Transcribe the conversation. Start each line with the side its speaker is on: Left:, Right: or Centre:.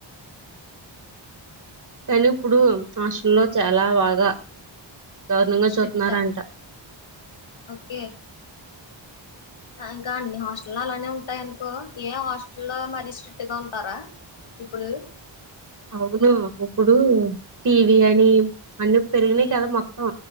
Right: కానీ ఇప్పుడు హాస్టల్లో చాలా బాగా దారుణంగా
Left: స్ట్రిక్టా
Right: చూతున్నారంట
Left: ఓకే ఇంకా అన్ని హాస్టల్లో అలానే ఉంటాయనుకో ఏ హాస్టల్లో మరీ స్ట్రిక్ట్ గా ఉంటారా ఇప్పుడు
Right: అవును. ఇప్పుడు టీవీ అని అన్ని పెరిగినాయి
Left: మ్మ్
Right: కదా మొత్తం